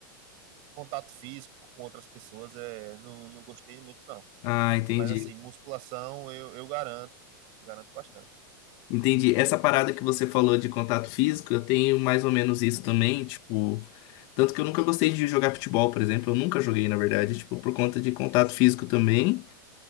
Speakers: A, on the right; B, on the left.
A: contato físico com outras pessoas, é, não, não gostei muito, não.
B: Ah, entendi.
A: Mas assim, musculação eu, eu garanto, garanto bastante.
B: Entendi. Essa parada que você falou de contato físico, eu tenho mais ou menos isso também, tipo. Tanto que eu nunca gostei de jogar futebol, por exemplo. Eu nunca joguei, na verdade, tipo, por conta de contato físico também.